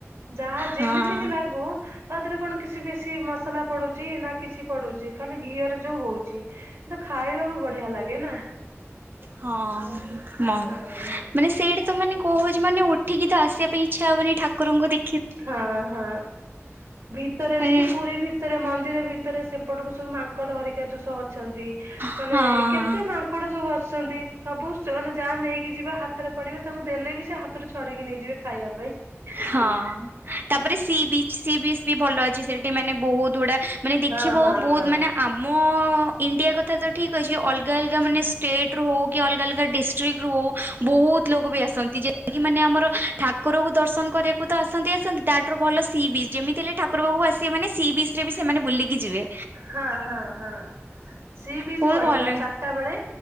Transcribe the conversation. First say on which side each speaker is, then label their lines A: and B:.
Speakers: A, on the right; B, on the right.
A: ଯାହା
B: ହଁ
A: ଯେମିତି ବି ଲାଗୁ ତା ଦେହରେ କଣ କିଛି ବେଶୀ ମସଲା ପଡୁଛି ନା କିଛି ପଡୁଛି ଖାଲି ଘିଅରେ ଯୋଉ ହଉଛି। କିନ୍ତୁ ଖାଇବାକୁ ବଢିଆ ଲାଗେ ନା?
B: ହଁ
A: ହଁ
B: ମ
A: ହଁ।
B: ମାନେ ସେଇଠି ତ ମାନେ କହୁଚି ମାନେ ଉଠିକି ଆସିବା ପାଇଁ ଇଚ୍ଛା ହବନି ଠାକୁରଙ୍କୁ ଦେ
A: ହଁ ହଁ ଭିତରେ
B: ମାନେ
A: ଅଛି ପୁରୀ ଭି ଭିତରେ ମନ୍ଦିର ଭିତରେ ସେପଟକୁ ସବୁ ମାଙ୍କଡ ହେରିକା ଯୋଉ ସ ଅଛନ୍ତି
B: ହଁ
A: ମାନେ କେତେ
B: ହଁ
A: ମା ଙ୍କଡ ସବୁ ଆସୁଛନ୍ତି ସବୁ ମାନେ ଯାହା ନେଇକି ଯିବା ହାତରେ ପଡିବ ତାଙ୍କୁ ଦେଲେ ବି ସେ ହାତରୁ ଛଡେଇକି ନେଇଯିବେ ଖାଇବା ପାଇଁ ହି
B: ହଁ।
A: ହି।
B: ତାପରେ ସି ବିଚ୍ ସି ବିଚ୍ ବି ଭଲ ଅଛି ସେଠି ମାନେ ବହୁତ୍ ଗୁଡା, ମାନେ ଦେଖିବ
A: ହଁ ହଁ
B: ବହୁତ୍
A: ହଁ।
B: ମାନେ ଆମ ଇଣ୍ଡିଆ କଥା ତ ଠିକ୍ ଅଛି ଅଲଗା ଅଲଗା ମାନେ ଷ୍ଟେଟ୍ ରୁ ହଉ କି ଅଲଗା ଅଲଗା ଡିଷ୍ଟ <unintelligible> ବହୁତ ଲୋକ ବି ଆସନ୍ତି ଯେ ମାନେ ଆମର ଠାକୁରଙ୍କୁ ଦର୍ଶନ କରିବାକୁ ତ ଆସନ୍ତି ଆସନ୍ତି ତା ଠାରୁ ଭଲ ସି ବିଚ୍ ଯେମିତି ହେଲେ ଠାକ୍ <unintelligible> ବାବୁ ଆସେ ମାନେ ସି ବିଚ୍ ରେ ବି ସେମାନେ ବୁଲିକି ଯିବେ।
A: ହଁ ହଁ ହଁ। ସି ବିଚ୍
B: ବହୁତ
A: ବଢିଆ
B: ଭଲ ଲାଗେ
A: ଚାରିଟା ବେଳେ